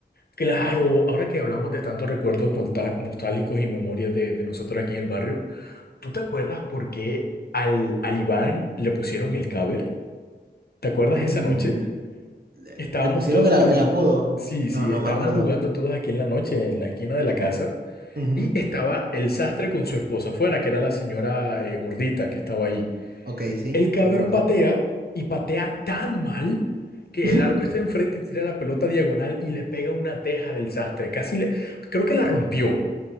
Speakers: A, on the left (about 60°); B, on the right (about 55°).
A: claro, ahora que hablamos de tantos recuerdos nolta- nostálgicos y memorias de, de nosotros aquí en el barrio. ¿Tú te acuerdas por qué al, al Iván le pusieron el caber? ¿Te acuerdas esa
B: Mm,
A: noche?
B: le
A: Estábamos
B: le pusieron
A: todos
B: el, a-
A: jugando.
B: el apodo.
A: Sí,
B: No,
A: sí,
B: no
A: estábamos
B: me acuerdo.
A: jugando todos aquí en la noche, en la esquina de la casa.
B: Ujú.
A: Y estaba el sastre con su esposa afuera, que era la señora eh, gordita que estaba ahí.
B: Ok, sí,
A: El caber
B: sí me acuerdo.
A: patea y patea tan mal que
B: <laughs>
A: el arco está enfrente y tira la pelota diagonal y le pega una teja del sastre. Casi le. Creo que la rompió.